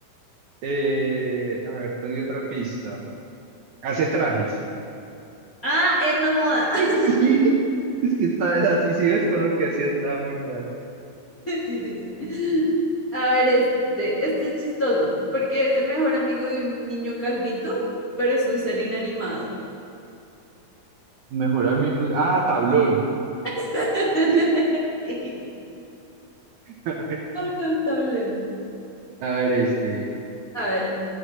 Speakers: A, on the right; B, on the left.
A: Eh, a ver, te doy otra pista. Hace trajes.
B: Ah, Edna Moda.
A: <laughs>
B: <laughs>
A: Sí, es que está así, si ves con lo que hacía estaba muy fácil.
B: Sí, sí, sí. A ver, este, este es chistoso, porque es el mejor amigo de un niño calvito, pero es un ser inanimado.
A: Mejor amigo. Ah, tablón.
B: <laughs>
A: <laughs>
B: Sí.
A: A ver,
B: Tablón, tablón.
A: a ver, este.
B: A ver,